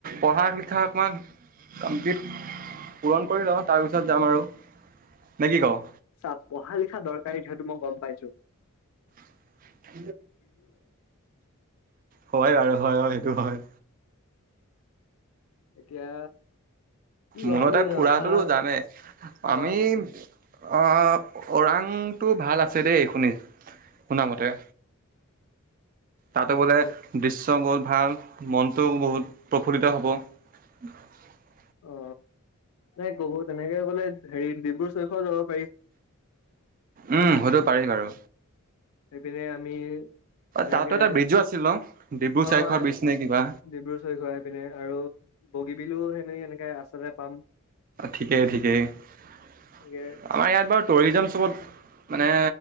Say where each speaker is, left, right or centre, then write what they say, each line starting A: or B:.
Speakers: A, on the right (about 40°); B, on the left (about 80°).
A: পঢ়া লিখা অকমান কমপ্লিট পূৰণ কৰি লওঁ তাৰপিছত যাম আৰু। নে কি কওঁ?
B: চা পঢ়া লিখা দৰকাৰী সেইটো মই গম পাইছোঁ।
A: <unintelligible> হয় বাৰু হয় হয় এইটো হয়।
B: এতিয়া কি ক
A: মুলতে
B: আমি
A: ফুৰাটো
B: অহা
A: জানে
B: অ
A: আমি অ' ওৰাংটো ভাল আছে দেই শুনিছোঁ। শুনামতে তাতো বোলে
B: সেইটোৱে
A: দৃশ্য বহুত ভাল মনটো বহুত প্ৰফুল্লিত হ'ব। <unintelligible>
B: অ এ <unintelligible> তেনেকে কলে হেৰি ডিব্ৰু চৈখোৱা যাব পাৰি।
A: উম, সেইটো পাৰি বাৰু
B: সেইপিনে আমি এনেকে
A: তাতো এটা ব্ৰিজো আছিল ন? ডিব্ৰু চাইখোৱা
B: অ এ
A: ব্ৰিজ নে কিবা
B: ডিব্ৰু চৈখোৱা ইপিনে আৰু বগীবিলও সেনেকে এনেকে আছেৰেত পাম
A: ঠিকেই ঠিকেই আমাৰ
B: এনেকে
A: ইয়াত বাৰু টুৰিজম চবত মানে